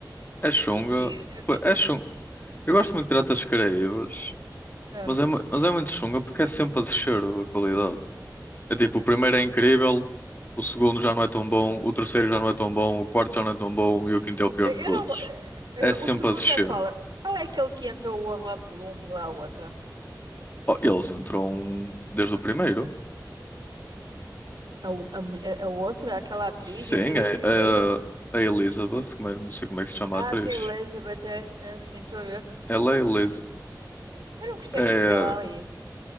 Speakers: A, on the left (about 25°); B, on the right (about 80°).
A: É chunga.
B: Do Giro. É.
A: Pô,
B: bidi,
A: É chunga.
B: bidi.
A: Eu gosto muito de Piratas Caraíbas,
B: É.
A: mas é, mu- mas é muito chunga porque é sempre a descer a qualidade. É tipo, o primeiro é incrível, o segundo já não é tão bom, o terceiro já não é tão bom, o quarto já não é tão bom e o quinto é o pior
B: Eu
A: de
B: eu
A: todos.
B: não. go- é, é,
A: É sempre
B: O segundo
A: a descer.
B: é qual? Qual é aquele que entra o Orlando Bloom e lá a outra?
A: Oh, eles entram desde o primeiro.
B: A, o- a, mu- a a outra, aquela atriz,
A: Sim,
B: entre dois
A: é,
B: primeiro?
A: é a Elizabeth, como é- não sei como é que se chama
B: Ah,
A: a atriz.
B: sim, Elizabeth, é. É, sim, estou a ver.
A: Ela é Eliz...
B: Eu não gostei
A: É
B: muito dela ali.